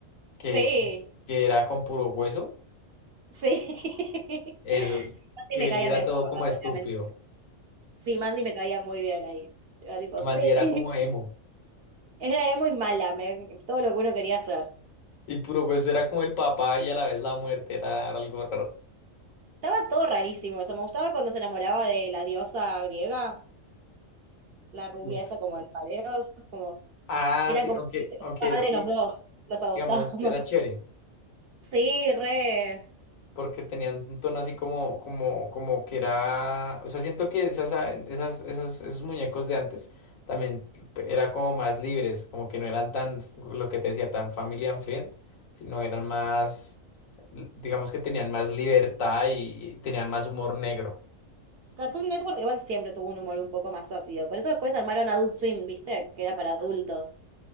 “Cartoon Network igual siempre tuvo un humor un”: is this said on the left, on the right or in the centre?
Right